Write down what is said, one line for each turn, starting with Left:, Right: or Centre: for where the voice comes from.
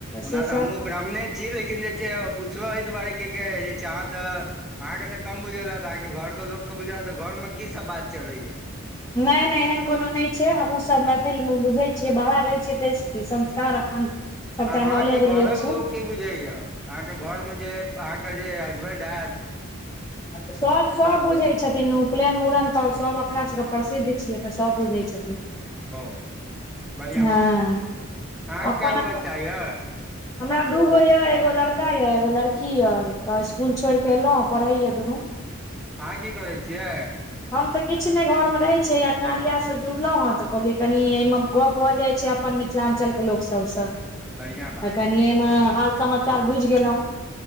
Left: से
Centre: ओना
Left: सब
Centre: तऽ हमहूँ ब्राहमने छी लेकिन जे छै पुछलहुँ एहि दुआरे कि जहाँ तऽ अहाँके तऽ कम बुझलत अहाँके घर के लोक के बुझल घर मे की सब बात चलैया
Left: नहि नहि एहन कोनो नहि छै हमहूँसभ मैथिलमे बुझैत छियै बाहर रहैत छियै ताहिसँ की संस्कार अपन सबटा
Centre: अहाँके
Left: नॉलेज
Centre: घरक
Left: रहै छै
Centre: लोक की बुझैया अहाँके घरमे जे अहाँके जे हसबेंड हायत
Left: सब सब बुझै छथिन ओ उपनयन मूड़न त सब अपना सबके प्रसिद्ध छियै तऽ सब बुझै छथिन
Centre: ओ बढ़िआँ
Left: हँ
Centre: बात
Left: -
Centre: अहाँके
Left: अपन
Centre: कए गो बच्चा यए
Left: हमरा दूगो ये एगो लड़का ये एगो लड़की ये तऽ स्कुल छोड़िके एलों पढ़इए दुनू
Centre: अहाँ की करै छियै
Left: हम तऽ किछु नहि घरमे रहैत छियै आा कारियासँ जुड़लहुँ हेँ तऽ कहलियै कनि एहिमे गप्प भऽ जाइत छै अपन मिथिलाञ्चलके लोक सबसँ
Centre: बढ़िआँ
Left: तऽ
Centre: बात
Left: कनि एहिमे हाल समाचार बुझि गेलहुँ